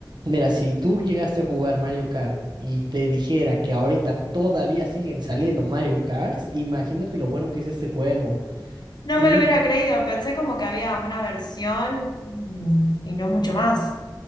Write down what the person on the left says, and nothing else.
No
me lo hubiera creído, pensé como que había una versión mm, y no mucho más.